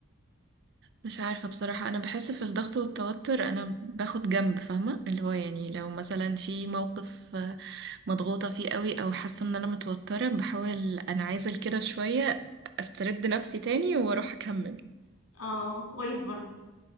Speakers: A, on the right (about 50°); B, on the left (about 80°).
A: مش عارفة بصراحة أنا بحس في الضغط والتوتر أنا باخد جنب فاهمة اللي هو يعني لو مثلا في موقف آه، مضغوطة فيه قوي أو حاسة إن أنا متوترة بحاول أنعزل كده شوية أسترد نفسي تاني وأروح أكمل
B: اه كويس برضه